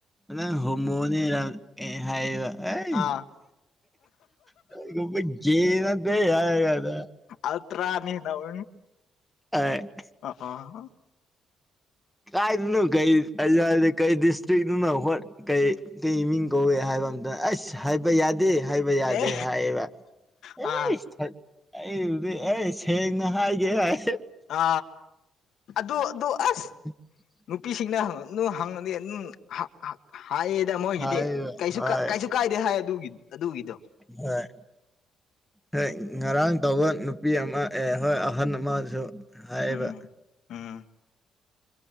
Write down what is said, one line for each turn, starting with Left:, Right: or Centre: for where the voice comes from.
Centre: ꯅꯪ ꯍꯣꯃꯣꯅꯤꯔꯝ ꯑꯦ ꯍꯥꯏꯕ ꯑꯦꯏ
Left: ꯑꯥ
Centre: ꯅꯣꯏꯒꯨꯝꯕ ꯒꯦ ꯅꯠꯇꯦ ꯍꯥꯏꯒꯅ
Left: ꯑ ꯇꯥꯅꯤ ꯅ ꯎ
Centre: ꯑ
Left: ꯑ ꯑ
Centre: ꯀꯥꯏꯅ ꯀꯩ ꯑꯖꯗꯤ ꯀꯩ ꯗꯤꯁꯇ꯭ꯔꯤꯛꯅ ꯍꯣꯏ ꯀꯩ ꯀꯩ ꯃꯤꯡ ꯀꯧꯏ ꯍꯥꯏꯕ ꯑꯝꯇ ꯑꯁ ꯍꯥꯏꯕ ꯌꯥꯗꯦ ꯑꯗꯨ ꯍꯥꯏꯕ ꯌꯥꯗꯦ
Left: ꯑꯦ
Centre: ꯍꯥꯏꯌꯦꯕ
Left: ꯑꯥ
Centre: ꯑꯩꯕꯨꯗꯤ ꯑꯩꯁ ꯁꯦꯡꯅ ꯍꯥꯏꯒꯦ ꯍꯥꯏ
Left: ꯑ ꯑꯗꯨ ꯑꯗꯨ ꯑꯗꯨ ꯑꯁ
Centre: <inaudible>
Left: ꯅꯨꯄꯤꯁꯤꯡꯅ ꯑꯗꯨ ꯍꯪꯉꯗꯤ ꯑꯗꯨꯝ ꯍꯥꯏꯌꯦꯗ ꯃꯣꯏꯒꯤꯗꯤ
Centre: ꯍꯥꯏꯕ
Left: ꯀꯩꯁꯨ
Centre: ꯍꯣꯏ
Left: ꯀꯩꯁꯨ ꯀꯥꯏꯗꯦ ꯍꯥꯏ ꯑꯗꯨꯒꯤꯗꯣ
Centre: ꯍꯣꯏ ꯍꯣꯏ ꯉꯔꯥꯡ ꯇꯧꯕ ꯅꯨꯄꯤ ꯑꯃ ꯑꯦ ꯍꯣꯏ ꯑꯍꯜ ꯑꯃꯁꯨ ꯍꯥꯏꯌꯦꯕ
Left: ꯎꯝ ꯎꯝ